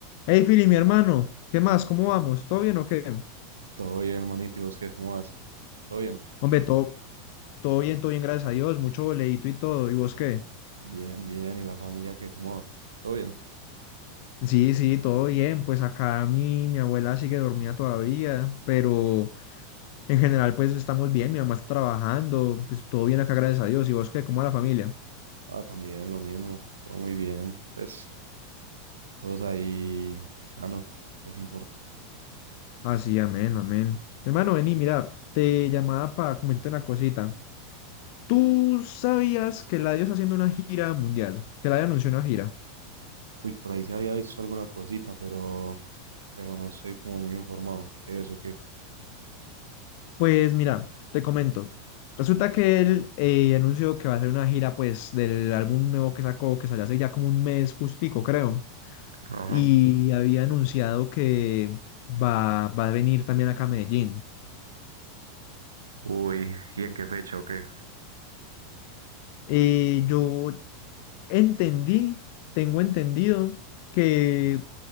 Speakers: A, on the left; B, on the right.
A: Hey, Fili, mi hermano, ¿qué más? ¿Cómo vamos? ¿Todo bien o qué?
B: Todo bien, hermanito, ¿y vos qué? ¿Cómo vas? ¿Todo bien?
A: Hombre, todo, todo bien, todo bien, gracias a Dios, mucho boleíto y todo. ¿Y vos qué?
B: Bien, bien, ¿y la familia qué? ¿Cómo va? ¿Todo bien?
A: Sí, sí, todo bien. Pues acá mi, mi abuela sigue dormida todavía, pero en general, pues estamos bien. Mi mamá está trabajando, pues todo bien acá, gracias a Dios. ¿Y vos qué? ¿Cómo va la familia?
B: Ah, también, lo mismo, todo muy bien, pues, todos ahí sanos, lo que importa.
A: Así, amén, amén. Hermano, vení, mira, te llamaba para comentarte una cosita. ¿Tú sabías que Eladio está haciendo una gira mundial? Que Eladio anunció una gira.
B: Uy, por ahí se había visto alguna cosita, pero, pero no estoy como muy informado, ¿qué es o qué?
A: Pues mira, te comento. Resulta que él eh, anunció que va a hacer una gira pues del álbum nuevo que sacó, que salió hace ya como un mes justico, creo.
B: Ajá.
A: Y había anunciado que va, va a venir también acá a Medellín.
B: Uy, ¿y en qué fecha o qué?
A: Eh, yo entendí, tengo entendido que